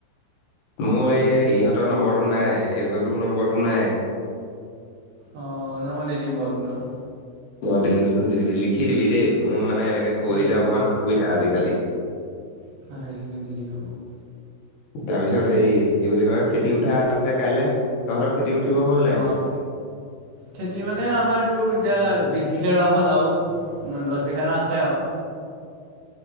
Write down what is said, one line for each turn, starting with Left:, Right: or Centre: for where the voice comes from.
Left: মোৰ এই ইহঁতৰ নম্বৰটো নাই এই যদু নম্বৰটো নাই।
Right: অঁ ন মই দি দিম বাৰো ৰ
Left: অঁ দি দিবিছোন দি দিবি, লিখি দিবি দেই মোৰ মানে এনেকে কৈ
Right: অঁ
Left: দিলে
Right: লিখি
Left: অকণমান
Right: দিম
Left: অসুবিধা আজিকালি।
Right: <unintelligible>
Left: তাৰ পিছত হেই কি বুলি কয় খেতি উঠা আছে কাইলে, তহঁতৰ খেতি উঠিব হ'ল নাই।
Right: অঁ খেতি মানে আমাৰতো এতিয়া বিছ বিঘাৰ ৰোৱা হ'ল আৰু দহ বিঘাটা আছে আও।
Left: <inaudible>